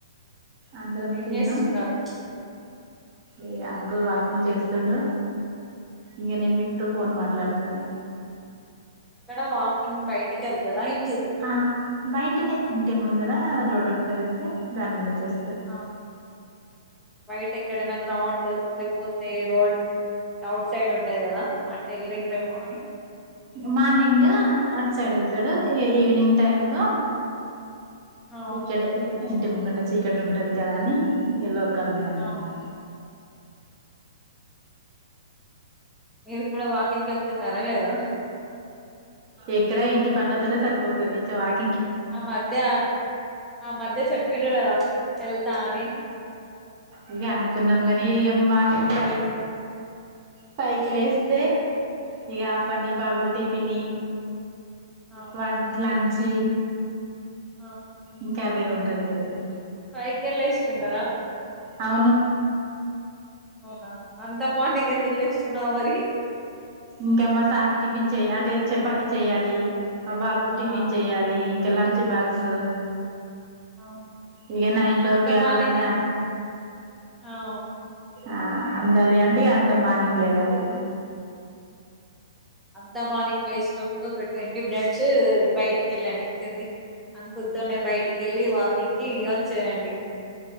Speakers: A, on the right (about 40°); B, in the centre.
A: అందరం
B: ఏం
A: తిన్నాం
B: చేస్తున్నారు
A: ఈ అంకుల్ వాకింగ్ చేస్తుండు ఇంకా నేను మీతో ఫోన్ మాట్లాడుతున్నా
B: ఎక్కడ వాకింగ్ బయటికి వెళ్తాడా ఇ
A: ఆ బయటనే ఇంటి ముందర రోడ్డు ఉంటదిగా దాని మీద చేస్త
B: ఆ బయట ఎక్కడనా గ్రౌండ్ డ్ లేకపోతే రోడ్ అవుట్ సైడ్ ఉంటాయి కదా అంటే వెళ్లిండ్రేమో అని
A: మార్నింగ్ అటు సైడ్ ఎళ్తాడు ఇగ ఈవినింగ్ టైమ్ లో
B: ఆ
A: ఇక్కడే ఇగ ఇంటి ముంగట చీకటి ఉంటది కదా అని ఎలో కల్నే అన్నటు
B: ఆ మీరు కూడా వాకింగ్ కేళ్తున్నారా లేదా
A: ఎక్కడా ఇంటి పనులతోనే సరిపోతది ఇంకా వాకి
B: ఆ మధ్య ఆ మధ్య చెప్పిండ్రు కదా ఎళ్తా అని
A: ఇగ అనుకున్నాం గని మార్నింగ్ ఫై ఫైవ్ కి లేేస్తే ఇగ ఆ పని ఈ బాబుకి టిపిని
B: ఆ
A: వంట్ లం చ్చి
B: ఆ
A: ఇంకా అదే ఉంటది గదిగా
B: ఫైవ్ కే లేస్తుంటారా
A: అవును
B: అవునా అంత మార్నింగ్ ఎందుకు లేస్తున్నావ్ మరి
A: ఇంకా మా సార్‌కి టిఫిన్ చెయ్యా అంటే చపాతి చెయ్యాలి మా బాబుకి టిఫిన్
B: ఆ
A: చెయ్యాలి ఇంక లంచ్ బాక్సు
B: అవును
A: ఇగ నైన్ లోపే
B: అంత మార్నింగ్
A: అవన్నీ
B: అవ్
A: ఆ అందాలి అంటే అంత మార్నింగ్ లేవాలి
B: అంతా మార్నింగ్ లేసినప్పుడు ఒక ట్వంటీ మినిట్స్ బయటికెళ్ళండి కేళ్ళి అంకుల్ తోనే బయటికేళ్ళి వాకింగ్ కి ఇగ వచ్చేయండి